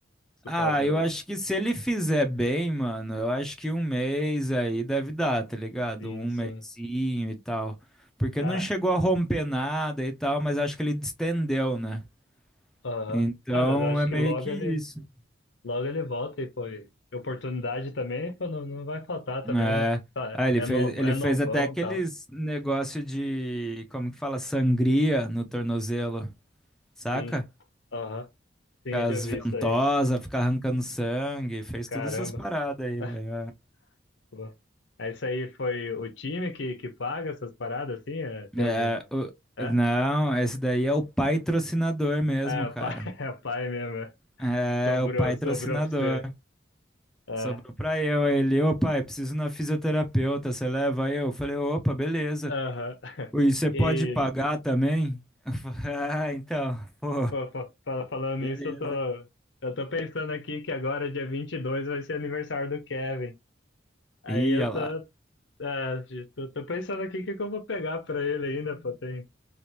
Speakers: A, on the left; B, in the centre.
A: no
B: Ah,
A: caso do...
B: eu acho que se ele fizer bem, mano, eu acho que um mês aí deve dar, tá ligado?
A: Sim,
B: Um
A: sim.
B: mesinho e tal. Porque
A: É,
B: não chegou a romper nada e tal, mas acho que ele distendeu, né?
A: aham.
B: Então
A: É, mas acho
B: é
A: que
B: meio
A: logo
B: que
A: ele,
B: isso.
A: logo ele volta e, pô, e oportunidade também, pô, não, não vai faltar também,
B: É.
A: né? Tá,
B: Ah, ele
A: é
B: fez,
A: novo,
B: ele
A: é novão
B: fez até aqueles
A: e tal,
B: negócio de, como que fala, sangria no tornozelo, saca?
A: sim, aham, Sim,
B: Com as
A: eu já vi
B: ventosas,
A: isso aí,
B: ficar arrancando sangue, fez
A: caramba,
B: todas essas paradas aí,
A: <laughs>
B: velho.
A: pô. É isso aí, foi o time que, que paga essas paradas, assim, é, tem
B: É,
A: alguma...
B: É, o-
A: É?
B: não, esse daí é o patrocinador mesmo,
A: É, o
B: cara.
A: pai, <laughs> é o pai mesmo. é.
B: É,
A: Sobrou,
B: o patrocinador.
A: sobrou pra você. É,
B: Sobrou pra eu, aí ele, ô pai, preciso ir na fisioterapeuta, você leva eu? Eu falei, opa, beleza.
A: aham. <laughs>
B: E você pode
A: E,
B: pagar também? Eu falei, <laughs> ah, então, pô,
A: pô, fa- fala- falando
B: beleza.
A: nisso, eu tô, eu tô pensando aqui que agora, dia 22 vai ser aniversário do Kevin. Aí
B: Ia
A: eu
B: lá.
A: tô, é, tô, tô pensando aqui o que que eu vou pegar pra ele ainda, pô. Tem